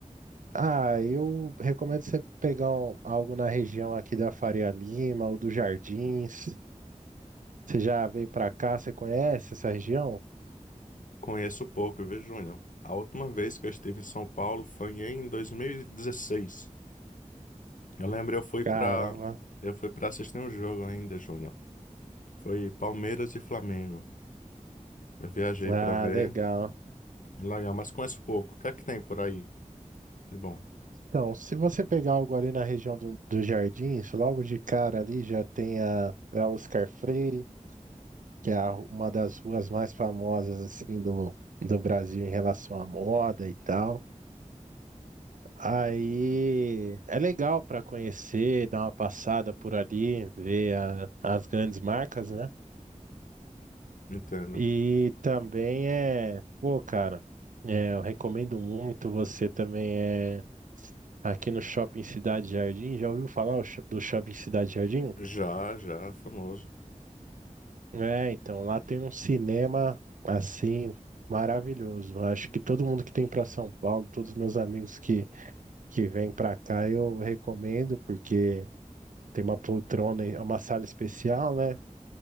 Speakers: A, on the right (about 75°); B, on the left (about 75°).
A: Ah, eu recomendo você pegar um- algo na região aqui da Faria Lima ou dos Jardins. Você já veio pra cá? Você conhece essa região?
B: Conheço pouco, viu, Júnior? A última vez que eu estive em São Paulo foi em 2016. Eu lembro, eu fui
A: Caramba.
B: pra, eu fui pra assistir um jogo ainda, Júnior. Foi Palmeiras e Flamengo. Eu viajei
A: Ah,
B: pra ver.
A: legal.
B: Legal, mas conheço pouco. O que é que tem por aí? De bom,
A: Então, se você pegar algo ali na região do- dos Jardins, logo de cara ali já tem a, a Oscar Freire, que é a uma das ruas mais famosas assim do, do Brasil em relação à moda e tal. Aí é legal para conhecer, dar uma passada por ali, ver a- as grandes marcas, né?
B: entendo.
A: E também é, pô, cara, é, eu recomendo muito você também é aqui no Shopping Cidade Jardim. Já ouviu falar o sho- do Shopping Cidade Jardim?
B: Já, já, famoso.
A: É, então lá tem um cinema assim maravilhoso. Acho que todo mundo que tem para São Paulo, todos os meus amigos que que vêm para cá, eu recomendo porque tem uma poltrona, e- uma sala especial, né?